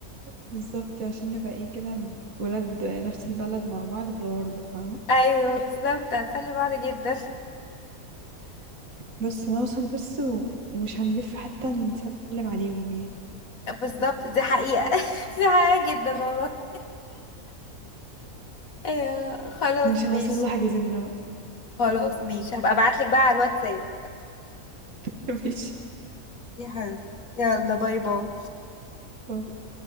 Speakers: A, on the right (about 65°); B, on the left (about 70°).
A: بالظبط عشان نبقى ايه كده ولاد نفس البلد مع بعض في الغربه فاهمه
B: ايوه بالظبط هنسلي بعض جدا
A: بس نوصل بس و... ومش هنلف حتى نسلم عليهم يعني
B: بالظبط دي حقيقة <laughs> دي حقيقة جدا والله ايوه خلاص
A: ماشي
B: ماشي
A: خلاص يلا حجزلنا بقى
B: خلاص ماشي هبقى ابعتلك بقى على الواتساب
A: <laughs> ماشي
B: يا حبيبتي يلا باي باي
A: باي